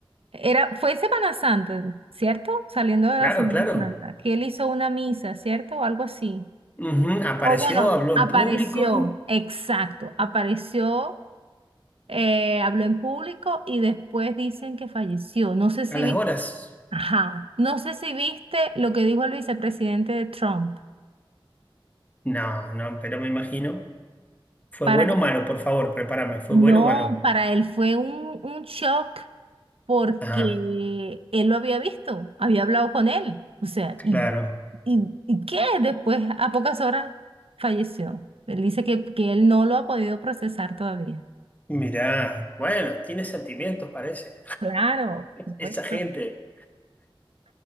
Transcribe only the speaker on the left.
Claro,
claro.
Ujú, Apareció,
habló
en público
a las
horas.
No, no, pero me imagino. ¿Fue
bueno o malo? Por favor, prepárame. ¿Fue
bueno o malo?
Ah,
claro.
Mirá, bueno, tiene sentimientos, parece.
Esa gente.